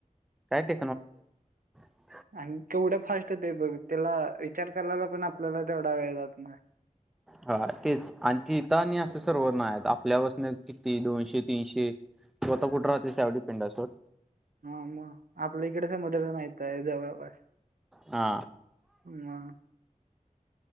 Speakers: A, in the centre; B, on the right (about 80°).
A: काय ते. <unintelligible>
B: आणि केवढ फास्ट ते बघ त्येला विचार करायला पण आपल्याला तेवढा वेळ जात ना
A: हा तेच आणि तिथ आणि असं सर्वर नाही हायत आपल्यापसन किती दोनशे, तीनशे तु आता कुठ राहतोस त्यावर डिपेंड आहे सोड.
B: हा म आपल्या इकडे समुद्र नाहीच आहे जवळपास.
A: हा
B: म.